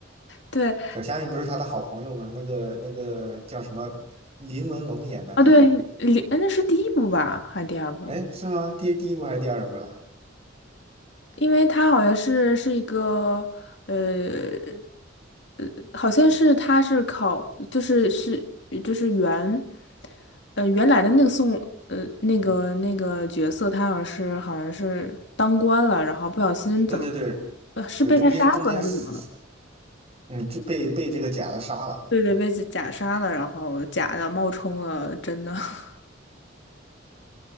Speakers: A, on the left; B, on the right.
A: 对
B: 小虾米不是他的好朋友吗？那个那个叫什么林文龙演的那个，
A: 啊，对，里哎那是第一部吧，还是第二部？
B: 哎是吗？第第一部还是第二部了？
A: 因为他好像是是一个呃呃，好像是他是考就是是就是原呃原来的那个宋呃那个那个角色，他好像是好像是当官了，然后不小心怎么
B: 对对对
A: 呃是被他杀死还是怎么了？
B: 对，中间中间死死，嗯就被被这个假的杀了。
A: 对对，被假杀了，然后假的冒充了真的。<laughs>